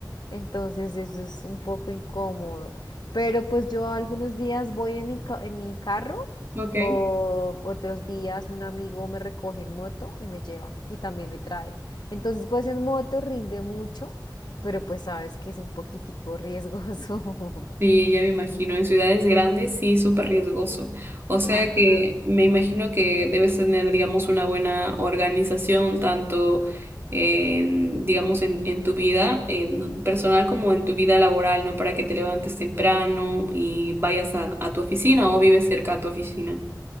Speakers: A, on the left (about 65°); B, on the right (about 30°).
A: Entonces eso es un poco incómodo. Pero pues yo algunos días voy en mi, ca- en mi carro
B: Ok.
A: o otros días un amigo me recoge en moto y me lleva y también me trae. Entonces pues en moto rinde mucho, pero pues sabes que es un poquitico riesgoso.
B: Sí, ya me imagino. En ciudades grandes sí, súper riesgoso. O sea
A: <laughs> Ajá.
B: que me imagino que debes tener, digamos, una buena organización, tanto en, digamos, en, en tu vida en personal como en tu vida laboral, ¿no? Para que te levantes temprano y vayas a, a tu oficina o vives cerca a tu oficina.